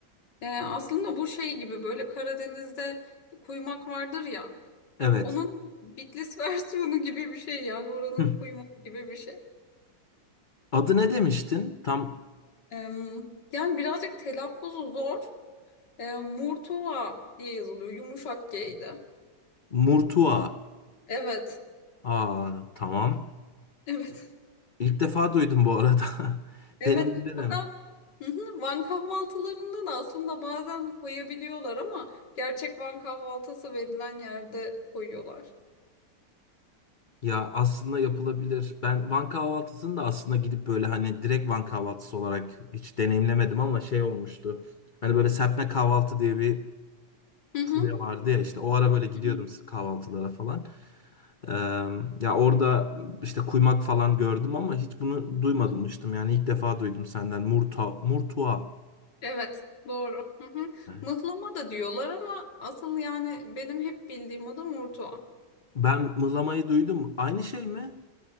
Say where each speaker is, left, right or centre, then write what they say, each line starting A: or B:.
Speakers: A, on the left; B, on the left.
A: Ee, aslında bu şey gibi böyle Karadeniz'de kuymak vardır ya.
B: evet.
A: Onun Bitlis <laughs> versiyonu gibi bir şey yani oranın
B: Hı.
A: kuymağı gibi bir şey.
B: Adı ne demiştin? Tam
A: Ee, yani birazcık telaffuzu zor. Ee, Murtuva diye yazılıyor yumuşak G ile.
B: Murtua.
A: Evet.
B: Aa, tamam.
A: <laughs> Evet.
B: İlk defa duydum bu arada. <laughs>
A: Evet.
B: Deneyebilirim.
A: Hatta Hı hı, Van kahvaltılarında da aslında bazen koyabiliyorlar ama gerçek Van kahvaltısı verilen yerde koyuyorlar.
B: Ya aslında yapılabilir. Ben Van kahvaltısını da aslında gidip böyle hani direkt Van kahvaltısı olarak hiç deneyimlemedim ama şey olmuştu. Hani böyle serpme kahvaltı diye bir
A: Hı hı,
B: furya vardı ya işte o ara böyle gidiyordum
A: hı hı,
B: kahvaltılara falan. Ee, ya orada işte kuymak falan gördüm ama hiç bunu duymamıştım.
A: hı hı.
B: Yani ilk defa duydum senden. Murta, murtua.
A: Evet, doğru. Hı hı.
B: Evet.
A: Mıhlama da diyorlar ama asıl yani benim hep bildiğim adı Murtuva.
B: Ben mıhlamayı duydum. Aynı şey mi?